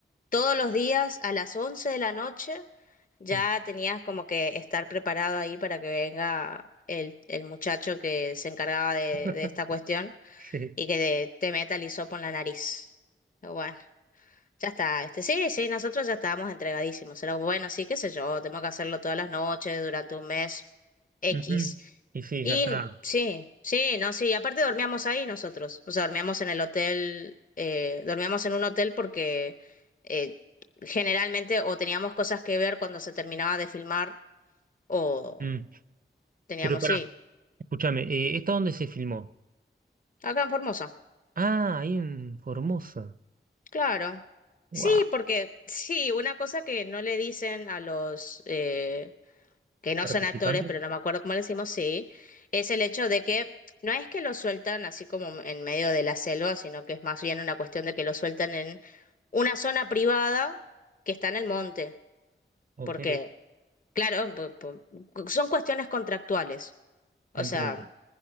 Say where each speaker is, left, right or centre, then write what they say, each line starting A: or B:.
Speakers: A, on the left (about 40°); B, on the right (about 45°).
A: todos los días a las 11 de la noche, ya
B: Mm.
A: tenías como que estar preparado ahí para que venga el, el muchacho que se encargaba de,
B: <laughs>
A: de esta cuestión
B: Sí.
A: y que te te meta el hisopo en la nariz. Pero Bueno. Ya está, este, sí, sí, nosotros ya estábamos entregadísimos. Era como, bueno, sí, qué sé yo, tengo que hacerlo todas las noches durante un mes X.
B: Ujú. Y sí,
A: Y
B: ya está.
A: sí, sí, no, sí, aparte dormíamos ahí nosotros. O sea, dormíamos en el hotel, eh, dormíamos en un hotel porque eh, generalmente o teníamos cosas que ver cuando se terminaba de filmar o
B: Mm.
A: teníamos,
B: Pero pará,
A: sí,
B: escúchame, eh, ¿esta dónde se filmó?
A: acá en Formosa.
B: Ah, ahí en Formosa.
A: Claro.
B: Wow.
A: Sí, porque sí, una cosa que no le dicen a los eh, que no
B: ¿Participante?
A: son actores, pero no me acuerdo cómo le decimos, sí, es el hecho de que no es que lo sueltan así como en medio de la selva, sino que es más bien una cuestión de que lo sueltan en una zona privada que está en el monte,
B: Ok,
A: porque, claro, po- po- son cuestiones contractuales.
B: entiendo.
A: O sea,